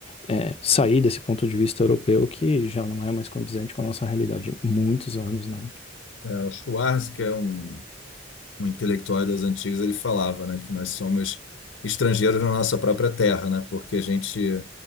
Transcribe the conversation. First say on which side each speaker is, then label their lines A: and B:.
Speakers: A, on the left; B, on the left.
A: é, sair desse ponto de vista europeu que já não é mais condizente com a nossa realidade há muitos anos, né?
B: É, o Schwarz, que é um um intelectual das antigas, ele falava, né, que nós somos estrangeiros na nossa própria terra, né, porque a gente